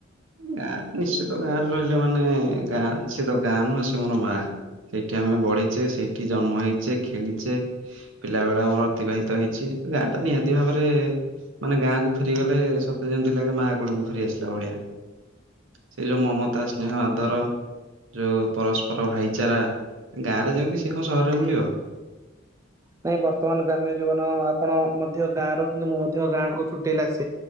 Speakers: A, on the right (about 85°); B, on the right (about 15°).
A: ଗାଁରେ ନିଶ୍ଚିତ ଗାଁରେ ରହିଲେ ମାନେ ଗାଁ ସେ ତ ଗାଁ ନୁହଁ ସ ମୋର ମା ସେଇଠି ଆମେ ବଢିଛେ ସେଇଠି ଗାଁ ରେ ନିଶ୍ଚିତ ଗାଁ ରେ ରହିଲେ ମାନେ ଗାଁ ସେ ତ ଗାଁ ନୁହେଁ ସେ ମୋର ମା ସେଇଠି ଆମେ ବଢ଼ିଛେ ସେଇଠି ଜନ୍ମ ହେଇଛେ ଖେଳିଛେ ପିଲା ବେଳ ଆମର ଅତିବାହିତ ହେଇଛେ ଗାଁ ଟା ନିହାତି ଭାବରେ ମାନେ ଗାଁକୁୁ ଫେରିଗଲେ ସତେ ଯେମିତି ିଲ ମାଆ କୂଳକୁ ଫେରି ଆସିଲା ଭଳିଆ। ସେଇ ଯୋଉ ମମତା ସ୍ନେହ ଆ ର ଯୋଉ ପରସ୍ପର ଭାଇଚାରା ଗାଁରେ ଯେମିତି ସେ କଣ ସହରରେ ମିଳିବ।
B: ନାଇଁ ବର୍ତ୍ତମାନ ଗ୍ରାମ୍ୟ ଜୀବନ ଆପଣ ମଧ୍ୟ ଗାଁ ରହୁଛନ୍ତି ମୁଁ ମଧ୍ୟ ଗାଁ କୁ ଛୁଟେଇଲା ଆସ।